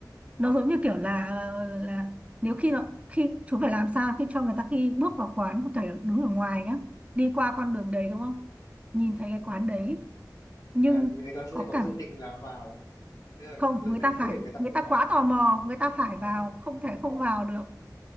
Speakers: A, on the left; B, on the right.
A: Ờ,
B: nó giống như kiểu là là nếu khi nó khi chúng phải làm sao khi cho người ta khi bước vào quán có thể đứng ở ngoài nhá đi qua con đường đấy đúng không nhìn thấy cái quán đấy nhưng
A: là người ta sẽ
B: có
A: có
B: cảm
A: dự định là vào Thế là
B: không
A: lần
B: người
A: đấy
B: ta
A: có
B: phải
A: thể người ta
B: người
A: không
B: ta
A: vào
B: quá tò mò người ta phải
A: à,
B: vào
A: hết.
B: không thể
A: vâng
B: không vào được